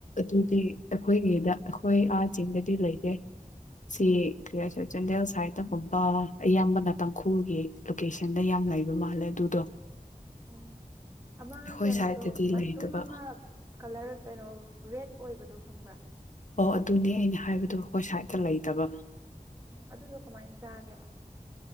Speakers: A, on the left; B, on the right.
A: ꯑꯗꯨꯗꯤ ꯑꯩꯈꯣꯏꯒꯤꯗ ꯑꯩꯈꯣꯏ ꯑꯥ ꯆꯤꯡꯗꯗꯤ ꯂꯩꯇꯦ ꯁꯤ ꯀꯔꯤ ꯆꯥꯟꯗꯦꯜ ꯁꯥꯏꯗꯒꯨꯝꯕ ꯑꯌꯥꯝꯕꯅ ꯇꯥꯡꯈꯨꯜꯒꯤ ꯂꯣꯀꯦꯁꯟꯗ ꯌꯥꯝ ꯂꯩꯕ ꯃꯥꯜꯂꯦ ꯑꯗꯨꯗꯣ
B: ꯑꯣ ꯑꯃ
A: ꯑꯩꯈꯣꯏ
B: ꯀꯩꯅꯣꯗꯣ
A: ꯁꯥꯏꯠꯇꯗꯤ
B: ꯃꯁꯔꯨꯝ
A: ꯂꯩꯇꯕ
B: ꯑꯃ ꯀꯂꯔ ꯀꯩꯅꯣ ꯔꯦꯠ ꯑꯣꯏꯕꯗꯣ ꯈꯪꯕ꯭ꯔꯥ
A: ꯑꯣ ꯑꯗꯨꯅꯦ ꯑꯩꯅ ꯍꯥꯏꯕꯗꯣ ꯑꯩꯈꯣꯏ ꯁꯥꯏꯠꯇ ꯂꯩꯇꯕ
B: ꯑꯣ ꯑꯗꯨꯗꯣ ꯀꯃꯥꯏꯅ ꯆꯥꯒꯦꯕ